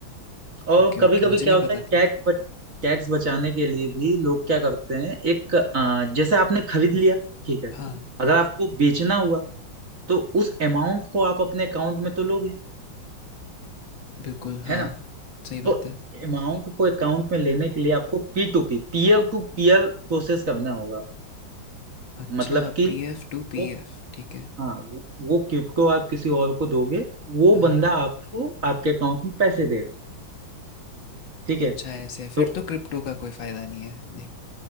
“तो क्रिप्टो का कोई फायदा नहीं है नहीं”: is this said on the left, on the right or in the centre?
Left